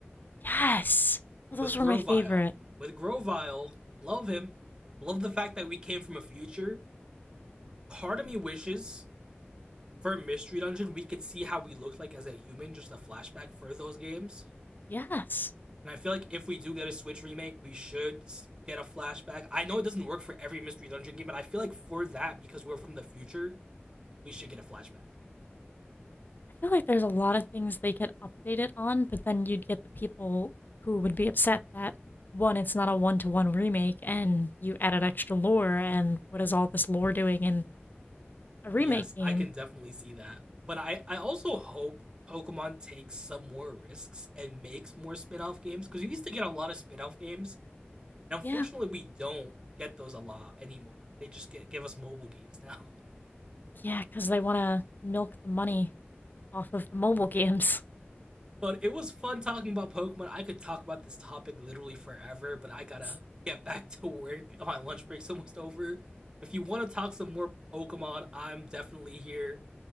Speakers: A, on the left; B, on the right.
A: now. Yes. Well, those
B: with Grovyle.
A: were my favorite.
B: With Grovyle, love him. Love the fact that we came from a future part of me wishes for Mystery Dungeon we could see how we looked like as a human, just a flashback for those games.
A: Yes.
B: And I feel like if we do get a Switch remake, we should get a flashback. I know it doesn't work for every Mystery Dungeon game, but I feel like for that, because we're from the future, we should get a flashback.
A: I feel like there's a lot of things they could update it on, but then you'd get the people who would be upset that one, it's not a one to one remake, and you added extra lore, and what is all this lore doing in a remake
B: Yes,
A: game?
B: I can definitely see that. But I, I also hope Pokemon takes some more risks and makes more spin off games, because we used to get a lot of spin off games. And unfortunately,
A: Yeah,
B: we don't get those a lot anymore. They just get give us mobile games <laughs> now.
A: yeah, because they want to milk the money off of the mobile games.
B: But it was fun talking about Pokemon. I could talk about this topic literally forever, but I
A: <laughs>
B: gotta get back <laughs> to work. My lunch break's almost over. If you want to talk some more Pokemon, I'm definitely here.